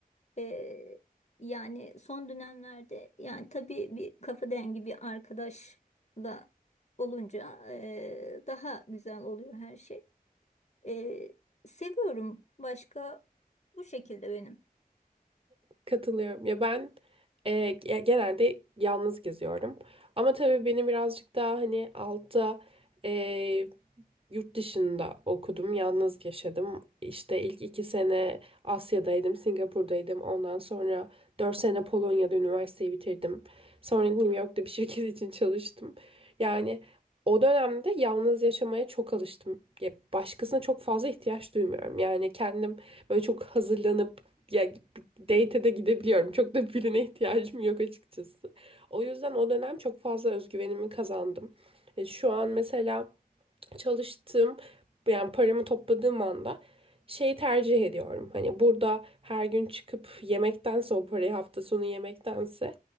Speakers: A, on the left (about 50°); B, on the right (about 35°).
A: E, yani son dönemlerde yani tabii bir kafa dengi bir arkadaşla olunca e, daha güzel oluyor her şey. E, seviyorum başka bu şekilde benim.
B: Katılıyorum. Ya ben e, ya genelde yalnız geziyorum. Ama tabii benim birazcık daha hani altta e, yurt dışında okudum, yalnız yaşadım. İşte ilk iki sene Asya'daydım, Singapur'daydım. Ondan sonra dört sene Polonya'da üniversiteyi bitirdim. Sonra New York'ta bir şirket <laughs> için çalıştım. Yani o dönemde yalnız yaşamaya çok alıştım. Ya başkasına çok fazla ihtiyaç duymuyorum. Yani kendim böyle çok hazırlanıp ya date'e de gidebiliyorum. Çok da birine ihtiyacım yok açıkçası. O yüzden o dönem çok fazla özgüvenimi kazandım. E, şu an mesela çalıştığım yani paramı topladığım anda şeyi tercih ediyorum. Hani burada her gün çıkıp yemektense o parayı hafta sonu yemektense